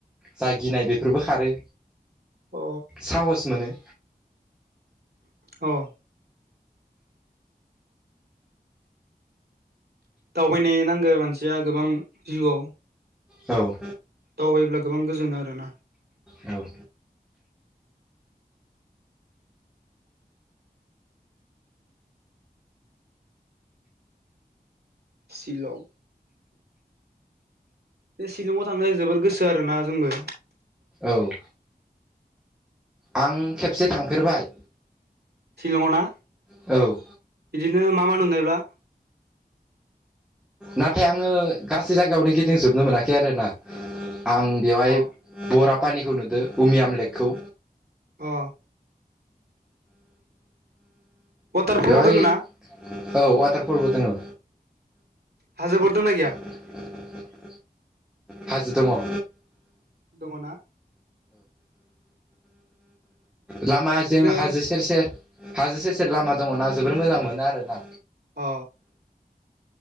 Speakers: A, in the centre; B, on the right (about 85°).
A: जा गिनाय बेफोरबो खारो।
B: अ।
A: साहस मोनो।
B: ओ। दावबायनो नांगौ मानसिया गोबां जिउआव।
A: औ।
B: दावबायायोब्ला गोबां गोजोनो आरो ना।
A: औ।
B: शिलं। बे शिलंआव थांनो जोबोद गोसो आरो ना जोंबो।
A: औ। आं खेबसे थांफेरबाय
B: शिलङावना
A: औ
B: बिदिनो मा मा नुनायब्ला
A: नाथाय आङो गासै जायगायावनो गिदिंजोबनो मोनाखै आरोना आं बेवहाय
B: अ
A: बरा पानिखौ नुदो उमियाम लेकखौ
B: अ वाटारफलबो
A: बेवहाय
B: दोङो ना
A: औ वाटारफलबो दोङो
B: हाजोफोर दोंना गैया
A: <inaudible> हाजो दङ औ
B: दङ ना
A: लामाजों
B: बिदिनो
A: हाजो सेर सेर हाजो सेर सेर लामा दङना जोबोर मोजां मोनो आरोना
B: अ